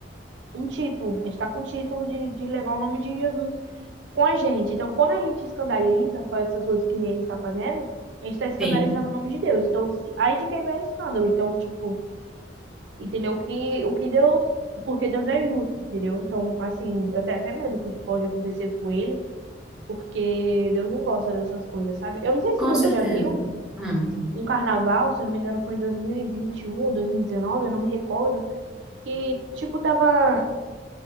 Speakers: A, on the right (about 85°); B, in the centre.
A: um título. A gente está com o título de, de levar o nome de Jesus com a gente. Então, quando a gente escandaliza, faz essas coisas que nem ele está fazendo, a gente está escandalizando
B: Sim,
A: o nome de Deus. Então, se- aí de quem vem o escândalo. Então, tipo, entendeu? Que, o que Deus. Porque Deus é justo, entendeu? Então, assim, eu tenho até medo que pode acontecer com ele, porque Deus não gosta dessas coisas, sabe? Eu não sei
B: com
A: se você
B: certeza.
A: já viu
B: Hum,
A: um carnaval, se eu não me engano, foi em 2021 ou 2019, eu não me recordo, que, tipo, tava